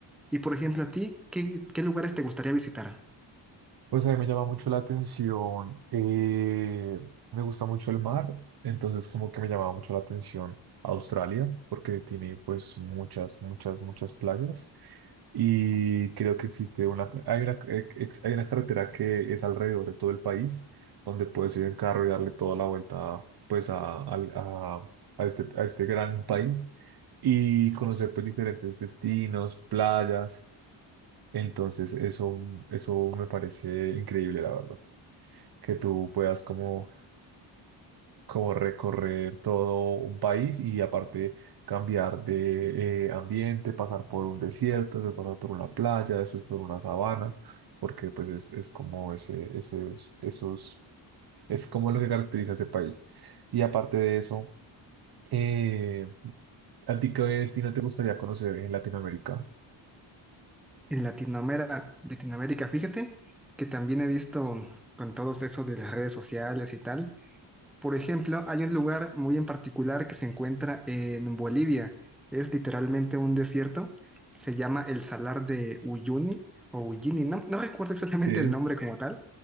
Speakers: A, in the centre; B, on the right (about 55°).
A: Y, por ejemplo, a ti, ¿qué, qué lugares te gustaría visitar?
B: Pues a mí me llama mucho la atención, eh, me gusta mucho el mar, entonces como que me llamaba mucho la atención Australia, porque tiene pues muchas, muchas, muchas playas y creo que existe una, hay una, eh, ex- hay una carretera que es alrededor de todo el país, donde puedes ir en carro y darle toda la vuelta pues a, al- a, a este, a este gran país y conocer pues diferentes destinos, playas. Entonces, eso, eso me parece increíble, la verdad, que tú puedas como, como recorrer todo un país y aparte cambiar de eh, ambiente, pasar por un desierto, después pasar por una playa, después por una sabana, porque pues es, es como ese, esos, esos, es como lo que caracteriza a ese país. Y aparte de eso, eh, ¿A ti qué destino te gustaría conocer en Latinoamérica?
A: En Latinoamérica, Latinoamérica, fíjate que también he visto con todos eso de las redes sociales y tal. Por ejemplo, hay un lugar muy en particular que se encuentra en Bolivia. Es literalmente un desierto. Se llama el Salar de Uyuni o Uyuni. No, no recuerdo exactamente
B: Sí,
A: el nombre como tal,